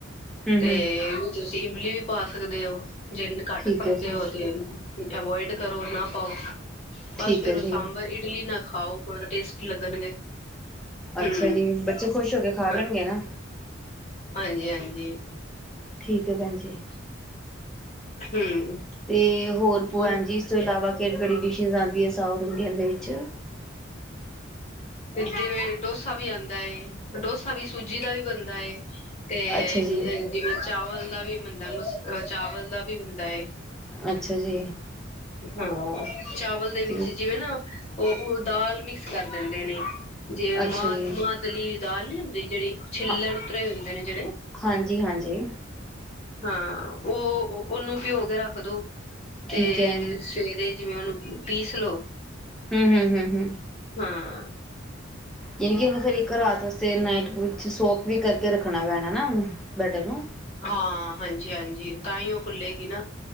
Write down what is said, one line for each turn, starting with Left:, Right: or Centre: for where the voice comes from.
Centre: ਹੂੰ
Left: ਤੇ
Centre: ਹੂੰ
Left: ਵੀ ਤੁਸੀਂ ਇਮਲੀ ਵੀ ਪਾ ਸਕਦੇ ਹੋ ਜਿੰਨ ਘੱਟ
Centre: ਠੀਕ
Left: ਭਰਦੇ
Centre: ਹੈ ਜੀ
Left: ਹੋ ਤੇ ਅਵੋਇਡ ਕਰੋ ਨਾ ਪਾਓ
Centre: ਠੀਕ
Left: ਬਸ ਫੇਰ
Centre: ਹੈ
Left: ਉਹ
Centre: ਜੀ
Left: ਸਾਂਬਰ ਇਡਲੀ ਨਾਲ ਖਾਓ ਬੜਾ ਟੇਸਟੀ ਲੱਗਣਗੇ ਹਮ
Centre: ਅੱਛਾ ਜੀ ਬੱਚੇ ਖੁਸ਼ ਹੋ ਕੇ ਖਾ
Left: ਹਾਂ
Centre: ਲੈਣਗੇ ਨਾ
Left: ਹਾਂਜੀ ਹਾਂਜੀ
Centre: ਠੀਕ ਹੈ ਭੈਣ ਜੀ
Left: ਹਮ
Centre: ਤੇ ਹੋੋਰ ਭੂਆ
Left: ਹਮ
Centre: ਜੀ ਇਸ ਤੋਂ ਇਲਾਵਾ ਕਿਹੜੀ ਕਿਹੜੀ ਡਿਸ਼ਜ਼ ਆਉਂਦੀ ਹੈ ਸਾਊਥ ਇੰਡੀਅਨ ਦੇ ਵਿੱਚ ਚ
Left: <unintelligible> ਡੋਸਾ ਵੀ ਆਉਂਦਾ ਹੈ ਡੋਸਾ ਵੀ ਸੂਜੀ ਦਾ ਵੀ ਬਨਦਾ ਹੈ। ਤੇ
Centre: ਅੱਛਾ
Left: ਇੰਜ
Centre: ਜੀ
Left: ਇੰਜ ਜਿਵੇਂ ਚਾਵਲ ਦਾ ਵੀ ਮਨਦਾ ਹੈ ਮਸ ਅਹ ਚਾਵਲ ਦਾ ਵੀ ਬਣਦਾ ਏ।
Centre: ਅੱਛਾ ਜੀ।
Left: ਅ ਹਾਂ ਚਾਵਲ ਦੇ
Centre: ਠੀਕ
Left: ਵਿੱਚ ਜਿਵੇਂ ਨਾ ਉਹ ਉਹ ਦਾਲ ਮਿਕਸ ਕਰ ਦਿੰਦੇ ਨੇਂ ਜੇ
Centre: ਅੱਛਾ
Left: ਮਾਂਹ
Centre: ਜੀ
Left: ਮਾਂਹ ਦਲੀ ਦਾਲ ਨੀ ਹੁੰਦੀ ਜਿਹੜੀ ਛਿੱਲੜ
Centre: ਹਾਂ
Left: ਉਤਰੇ ਹੋਏ ਹੁੰਦੇ ਨੇ ਜਿਹੜੇ।
Centre: ਹਾਂਜੀ ਹਾਂਜੀ
Left: ਹਾਂ ਉਹ ਓ ਉਹਨੂੰ ਭਿਜੋ ਕੇ ਰੱਖਦੋ। ਤੇ
Centre: ਠੀਕ ਹੈ
Left: ਸਵੇਰੇ ਜਿਵੇਂ ਉਹਨੂੰ ਉਮ ਪੀਸ ਲਓ
Centre: ਹਮ-ਹਮ-ਹਮ-ਹਮ
Left: ਹਾਂ
Centre: ਯਾਨੀ ਕਿ ਉਹਨੂੰ ਫੇਰ ਇੱਕ ਰਾਤ ਵਾਸਤੇ ਨਾਈਟ ਵਿੱਚ ਸੋਕ ਵੀ ਕਰਕੇ ਰੱਖਣਾ ਪੈਣਾ ਨਾ ਓਹਨੂੰ ਬੈਟਰ ਨੂੰ।
Left: ਹਾਂ ਹਾਂਜੀ-ਹਾਂਜੀ ਤਾਂ ਹੀ ਉਹ ਫੁੱਲੇਗੀ ਨਾ